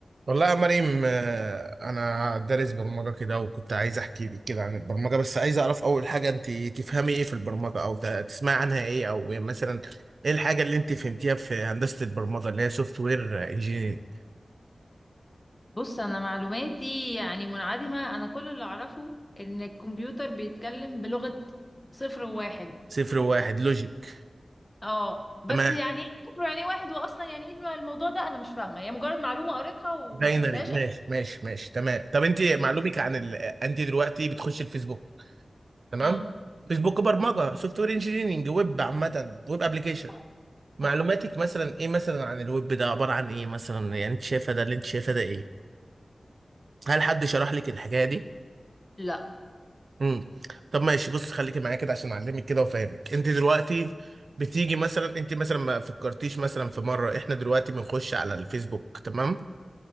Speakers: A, on the right; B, on the left.
A: والله يا مريم آه، انا دارس برمجه كده وكنت عايز احكي لك كده عن البرمجه بس عايز اعرف اول حاجه انت تفهمي ايه في البرمجه او ت- تسمعي عنها ايه او يعني مثلا ايه الحاجه اللي انت فهمتيها في هندسه البرمجه اللي هي سوفت وير انجينير
B: بص انا معلوماتي يعني منعدمة انا كل اللي اعرفه ان الكمبيوتر بيتكلم بلغة صفر وواحد
A: صفر واحد لوجيك
B: اه بس
A: تمام
B: يعني ايه صفر يعني إيه واحد واصلا يعني ايه الموضوع ده انا مش فاهمة هي مجرد معلومة قريتها وما
A: باينري
B: فهمتهاش
A: ماشي ماشي ماشي تمام طب انت معلومك
B: اه
A: عن ال... انت دلوقتي بتخش الفيسبوك تمام
B: اه
A: فيسبوك برمجه سوفت وير انجينيرنج ويب عامه ويب ابلكيشن
B: صح
A: معلوماتك
B: صح
A: مثلا ايه مثلا عن الويب ده عبارة عن ايه مثلا يعني انت شايفه ده اللي انت شايفه ده ايه هل حد شرح لك الحكاية دي
B: لا
A: امم طب ماشي بص خليكي معايا كده عشان اعلمك كده وافهمك انت دلوقتي بتيجي مثلا انت مثلا ما فكرتيش مثلا في مرة احنا دلوقتي بنخش على الفيسبوك تمام